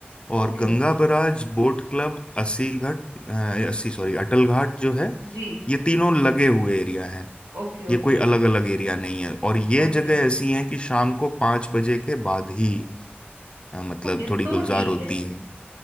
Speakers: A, on the left; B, on the right.
A: और
B: Okay
A: Ganga
B: okay
A: barrage boat club Assi घाट अ, अस्सी सॉरी अटल घाट जो है
B: जी
A: ये तीनों लगे हुए एरिया हैं
B: Okay okay
A: ये कोई अलग अलग एरिया नहीं है और ये
B: ओके
A: जगह ऐसी हैं कि शाम को पाँच बजे के बाद ही अ, मतलब
B: ओके
A: थोड़ी
B: तो
A: गुलजार
B: ठीक
A: होती
B: है
A: है